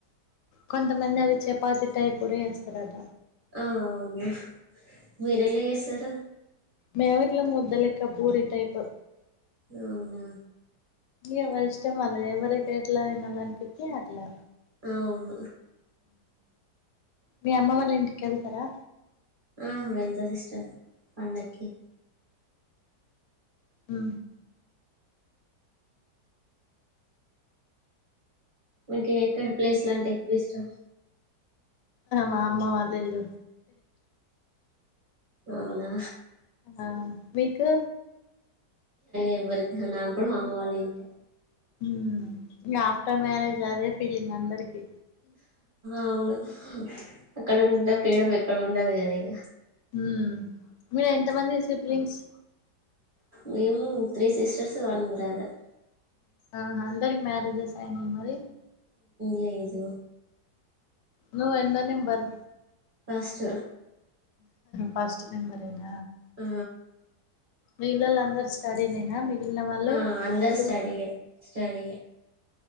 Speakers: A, on the left (about 80°); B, on the right (about 35°).
A: కొంతమంది అవి చపాతి టైప్ కూడా చేస్తారట
B: అవును మీరు ఎట్ల చేస్తారూ
A: మేము ఇట్ల ముద్దలక్క పూరి టైపు
B: అవునా
A: ఎవరి ఇష్టం వాళ్ళది ఎవరకి ఎట్ల తినాలి అనిపిస్తే అట్లా
B: అవును
A: మీ అమ్మ వాళ్ళు ఇంటికి వెళ్తారా
B: ఆ వెళ్తా సిస్టర్ పండకి
A: ఆ
B: మీకు ఎక్కడ ప్లేస్ లు అంటే ఎక్కువ ఇష్టం
A: మా అమ్మ వల్ల ఇల్లు
B: అవునా
A: ఆ మీకు
B: ఎవరికి నాకు కూడా మా అమ్మ వల్ల ఇల్లు
A: ఇంకా ఆఫ్టర్ మ్యారేజ్ అదే ఫీలింగ్ అందరికి
B: అవును అక్కడ ఉన్నంత ఫ్రీడమ్ ఎక్కడ ఉండదు కాద ఇక
A: ఉ మీరు ఎంత మంది సిప్లింగ్స్
B: మేము త్రీ సిస్టర్స్ వన్ బ్రదర్
A: ఆ అందరికి మ్యారేజెస్ అయినాయి మరి
B: లేదు
A: నువ్వు ఎన్న నెంబర్
B: ఫస్ట్
A: ఫస్ట్ నెంబరెన
B: ఆ
A: మిగిల్లళ అందరు స్టడీ నేనా మిగిలిన వాళ్ళు
B: ఆ అందరు
A: ముగ్గురు
B: స్టడీయే స్టడీయే